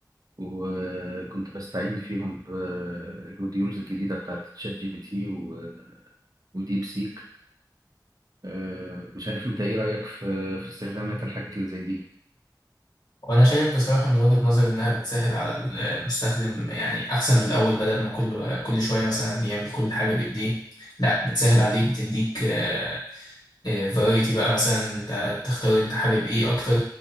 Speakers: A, on the right; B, on the left.
A: وكنت بستعين فيهم بالموديولز الجديده بتاعت شات جي بي تي و- وديب سيك آه، مش عارف انت ايه رايك في في استخدامات الحاجات اللي زي دي
B: وانا شايف بصراحة من وجهة نظري انها بتسهل على المستخدم يعني احسن من الاول بدل ما كل كل شوية مثلا يعمل كل حاجة بايديه لا بتسهل عليك بتديك آه، فرايتي بقى مثلا انت تختار انت حابب ايه اكتر